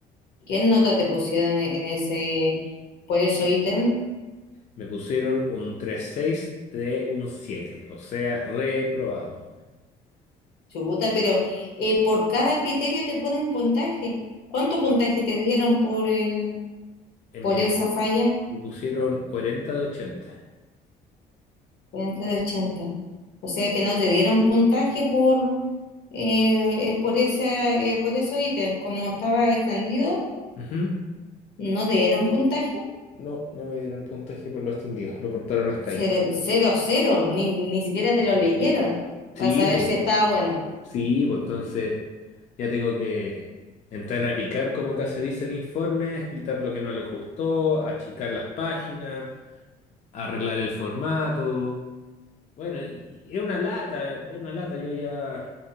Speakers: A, on the left; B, on the left.
A: ¿Qué nota te pusieron en ese, por eso ítem?
B: Me pusieron un tres seis de un 7, o sea, reprobado.
A: Chubuta, pero eh, por cada criterio te ponen puntaje. ¿Cuánto puntaje te dieron por el,
B: Eh,
A: por
B: Me
A: esa falla?
B: pusieron cuarenta de ochenta,
A: 40 de 80. O sea que no te dieron puntaje por, eh, eh, por esa, eh, por esos ítems. Como estaba extendido,
B: Ujú.
A: no te dieron puntaje.
B: No, no me dieron el puntaje por lo extendido, lo cortaron hasta ahí.
A: Cero, cero, cero. Ni, ni siquiera te lo leyeron
B: Sí,
A: para saber
B: pues,
A: si estaba bueno.
B: sí, pues entonces ya tengo que entrar a picar, como acá se dice en informes, quitar lo que no les gustó, achicar las páginas, arreglar el formato. Bueno, y, y es una lata, es una lata. Yo ya,